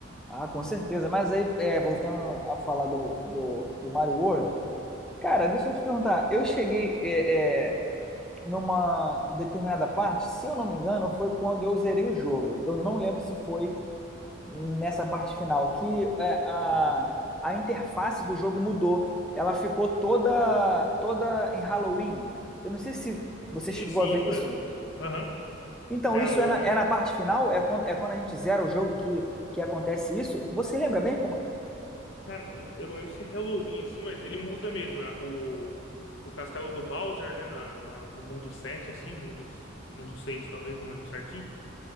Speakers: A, in the centre; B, on the left (about 65°).
A: Ah, com certeza. Mas aí, é, voltando a falar do, do, do Mario World, cara, deixa eu te perguntar. Eu cheguei é, é, numa determinada parte, se eu não me engano, foi quando eu zerei o jogo. Eu não lembro se foi nessa parte final, que é, a, a interface do jogo mudou. Ela ficou toda, toda em Halloween. Eu não sei se você
B: Sim,
A: chegou
B: sim,
A: a ver
B: isso
A: isso.
B: mesmo. Aham.
A: Então,
B: É,
A: isso
B: o,
A: é na,
B: um,
A: é na parte final? É quando, é quando a gente zera o jogo que, que acontece isso? Você lembra bem
B: isso-
A: como.
B: cara, não- eu não lembro se é Halloween, assim, mas ele muda mesmo. é, O, o castelo do Bowser, né, na, na- no mundo sete assim, mundo, mundo 6 talvez, não lembro certinho.